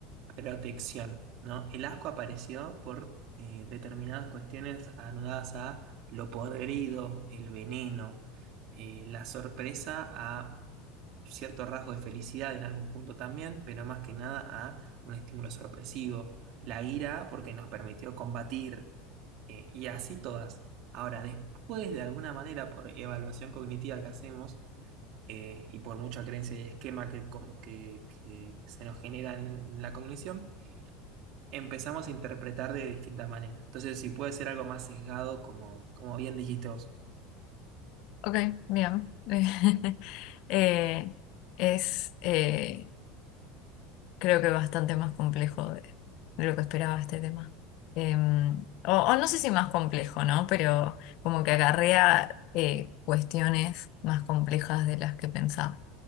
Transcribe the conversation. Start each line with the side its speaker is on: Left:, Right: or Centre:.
Right: Protección, ¿no? El asco apareció por eh, determinadas cuestiones anudadas a lo podrido, el veneno, eh, la sorpresa a cierto rasgo de felicidad en algún punto también, pero más que nada a un estímulo sorpresivo, la ira porque nos permitió combatir eh, y así todas. Ahora, después de alguna manera, por evaluación cognitiva que hacemos, eh, y por mucha creencia y esquema que, con- que- que se nos genera en la cognición, empezamos a interpretar de distintas maneras. Entonces, si puede ser algo más sesgado, como, como bien dijiste vos.
Left: Ok, bien. <laughs> Eh, es, eh, creo que bastante más complejo de, de lo que esperaba este tema. Em, o, o no sé si más complejo, ¿no? Pero como que acarrea eh, cuestiones más complejas de las que pensaba.